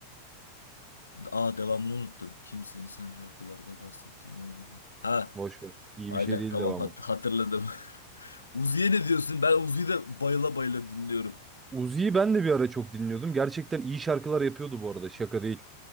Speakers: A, on the left; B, on the right.
A: Aa devamını unuttum. Kimsin sen şarkılarda bahsettiğin o yönelim. Ha
B: Boş ver. İyi
A: Aynen
B: bir şey değil
A: tamam
B: devamı.
A: hat hatırladım. <laughs> Uzi'ye ne diyorsun? Ben Uzi'yi de bayıla bayıla dinliyorum.
B: Uzi'yi ben de bir ara çok dinliyordum. Gerçekten iyi şarkılar yapıyordu bu arada. Şaka değil.